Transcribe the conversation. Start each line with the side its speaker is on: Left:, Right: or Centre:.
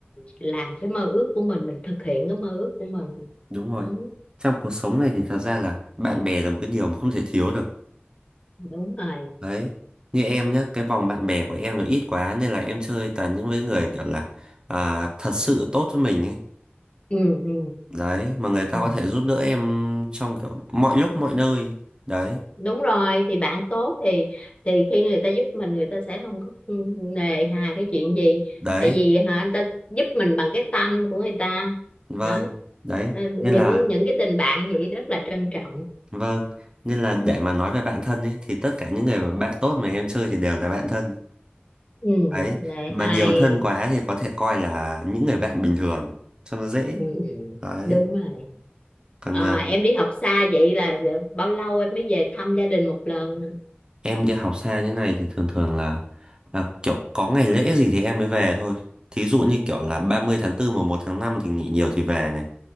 Left: làm cái mơ ước của mình mình thực hiện cái mơ ước của mình
Right: đúng rồi
Left: ừ,
Right: trong cuộc sống này thì thật ra là bạn bè là một cái điều mà không thể thiếu được
Left: đúng rồi
Right: Đấy, như em nhá, cái vòng bạn bè của em nó ít quá nên là em chơi toàn những với người kiểu là à, thật sự tốt với mình ấy.
Left: ừ, ừ,
Right: Đấy, mà người ta
Left: ừ.
Right: có thể giúp đỡ em trong kiểu mọi lúc mọi nơi. Đấy,
Left: đúng rồi thì bạn tốt thì thì khi người ta giúp mình người ta sẽ không có nề hà cái chuyện gì
Right: đấy,
Left: tại vì hả anh ta giúp mình bằng cái tâm của người ta
Right: vâng,
Left: đó
Right: đấy.
Left: Ờ, những
Right: Nên là,
Left: những cái tình bạn vậy rất là trân trọng
Right: vâng, nên là để mà nói về bạn thân ấy thì tất cả những người mà bạn tốt mà em chơi thì đều là bạn thân.
Left: ừ
Right: Đấy,
Left: lệ
Right: mà
Left: hay
Right: nhiều thân quá thì có thể coi là những người bạn bình thường cho nó dễ.
Left: ừ
Right: Đấy,
Left: đúng rồi
Right: còn
Left: Ờ,
Right: à,
Left: em đi học xa vậy là bao lâu em mới về thăm gia đình một lần
Right: Em đi học xa như này thì thường thường là, là kiểu có ngày lễ gì thì em mới về thôi. Thí dụ như kiểu là 30 tháng 4 và 1 tháng 5 thì nghỉ nhiều thì về này.